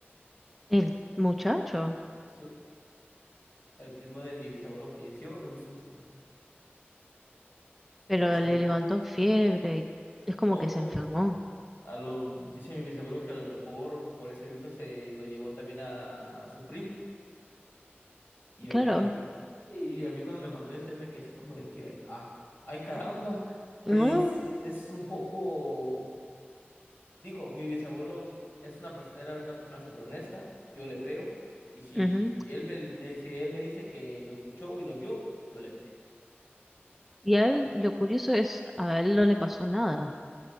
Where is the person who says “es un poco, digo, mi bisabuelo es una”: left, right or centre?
Left